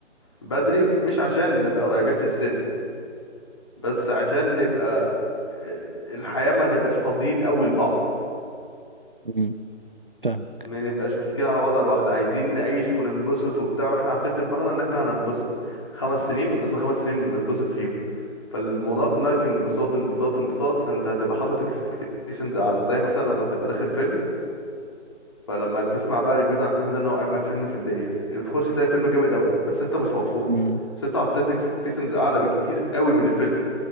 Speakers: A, on the left; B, on the right.
A: بدري مش عشان نبقى قريبين في السن بس عشان نبقى آه، الحياة ما نبقاش فاضيين قوي لبعض
B: امم فاهمك
A: ما نبقاش ماسكين على بعض على الواحدة عايزين نعيش وننبسط وبتاع واحنا حاطين في دماغنا ان احنا هننبسط خمس سنين قدامنا خمس سنين بننبسط فيهم فالموضوع في دماغك انبساط انبساط انبساط فانت هتبقى حاطط اكسبكتيشنز اعلى زي مثلا لما تبقى داخل فيلم فلما تسمع بقى ريفيوز عن الفيلم ده ان هو اجمد فيلم في الدنيا اللي بتخش تلاقي الفيلم جامد قوي بس انت مش مبسوط
B: امم
A: عشان انت حطيت اكسبكتيشنز اعلى بكتير قوي من الفيلم